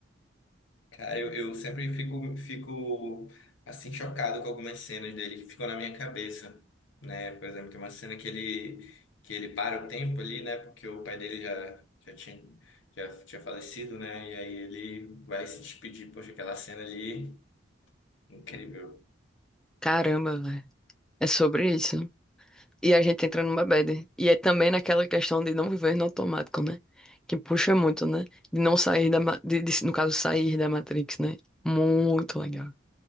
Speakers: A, on the left; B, in the centre.
A: Cara, eu, eu sempre fico, fico, assim, chocado com algumas cenas dele que ficam na minha cabeça, né? Por exemplo, tem uma cena que ele, que ele para o tempo ali, né? Porque o pai dele já, já tinha, já tinha falecido, né? E aí ele vai se despedir. Poxa, aquela cena ali, incrível.
B: caramba, velho. É sobre isso. E a gente entra numa bad. E é também naquela questão de não viver no automático, né? Que puxa muito, né? De não sair da. ma- De, de- no caso, sair da Matrix, né? Muito legal.